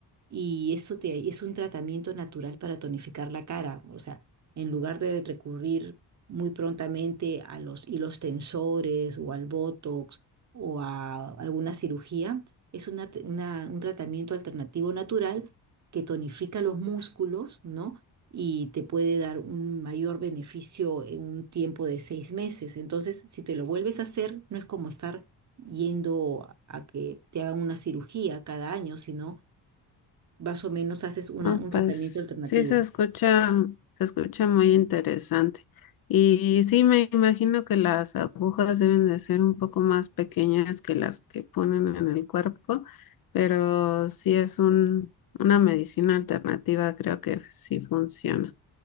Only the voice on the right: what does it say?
y eso te, es un tratamiento natural para tonificar la cara. O sea, en lugar de recurrir muy prontamente a los hilos tensores o al Botox o a alguna cirugía, es una te- una- un tratamiento alternativo natural que tonifica los músculos, ¿no? Y te puede dar un mayor beneficio en un tiempo de seis meses. Entonces, si te lo vuelves a hacer, no es como estar yendo a a que te hagan una cirugía cada año, sino más o menos haces una-
un
tratamiento alternativo.